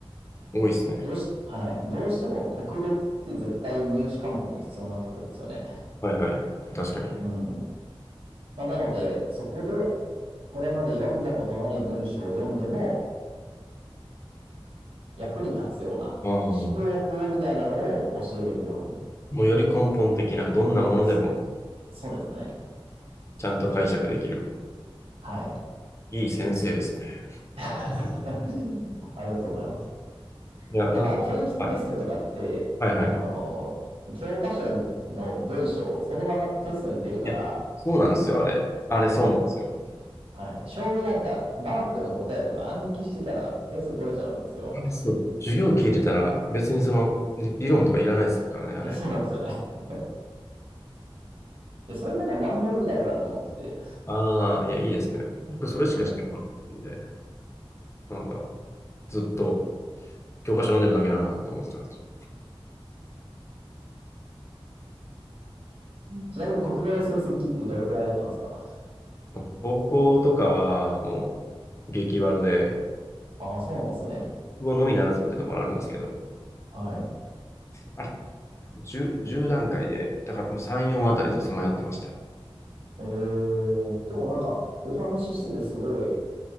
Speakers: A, on the left; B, on the right.
A: 多いですね。
B: どうし、はい。どうしても国語って絶対入試科目に必要になってくるんですよね。
A: はいはい。確かに。
B: うん。まあなので、そこでこれまで読んだことない文章を読んでも役に立つような思考法みたいなのを教えれるように。
A: ああ、もうより根本的な、どんなものでも
B: そそうですね。
A: ちゃんと解釈できる。
B: はい。
A: いい先生ですね。
B: <laughs> ありがとうございます。
A: いや、
B: なんか定期テストとかって、
A: なんか、はい、はいはい。
B: あの、教科書の文章をそのままテストに出るから、
A: いや、そうなんですよ、あれ。あれ、そうなんですよ。
B: はい。はい。正味なんか、ワークの答えとか暗記してたら点数取れちゃうんですよ。
A: あれ、そう。授業聞いてたら、別にその、り理論とかいらないですからね、あれ。
B: <laughs> そうなんですよね。で、それなんか何も意味ないよなと思ってて。
A: ああ、いや、いいですね。僕、それしかしてこなかったんで、
B: うん。
A: なんか、ずっと教科書読んでるだけだなって思ってたんですけ
B: ちなみに国語の成績ってどれくらいだったんですか
A: ど、高校とかは、もう、激悪で、
B: ああ、そうなんですね。
A: 国語のみならずみたいなところあるんですけど、
B: はい。
A: あれ、10、じゅう段階で、だからもう3、4あたりずっとさまよってましたよ。
B: ええでもなんか、お話ししててすごい、